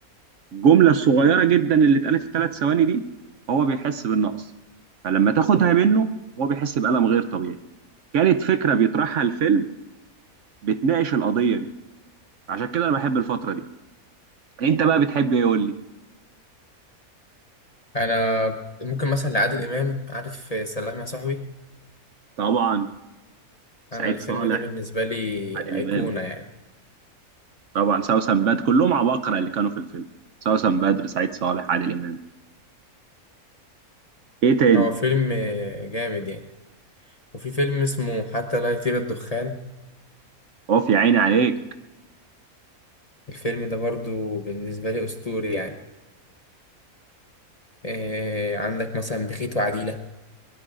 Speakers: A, on the right (about 60°); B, on the left (about 30°).
A: الجمله الصغيره جدا اللي اتقالت في ثلاث ثواني دي هو بيحس بالنقص فلما تاخدها منه هو بيحس بألم غير طبيعي كانت فكره بيطرحها الفيلم بتناقش القضيه دي عشان كده انا بحب الفتره دي انت بقى بتحب ايه قول لي
B: انا ممكن مثلا لعادل امام عارف سلام يا صاحبي
A: طبعا سعيد
B: انا الفيلم
A: صالح
B: ده بالنسبه لي
A: عادل
B: ايقونه
A: امام
B: يعني
A: طبعا سوسن بدر كلهم عباقرة اللي كانوا في الفيلم سوسن بدر سعيد صالح عادل امام ايه تاني
B: هو فيلم جامد يعني وفي فيلم اسمه حتى لا يطير الدخان
A: اوف يا عيني عليك
B: الفيلم ده برضو بالنسبه لي اسطوري يعني آه، عندك مثلا بخيت وعديلة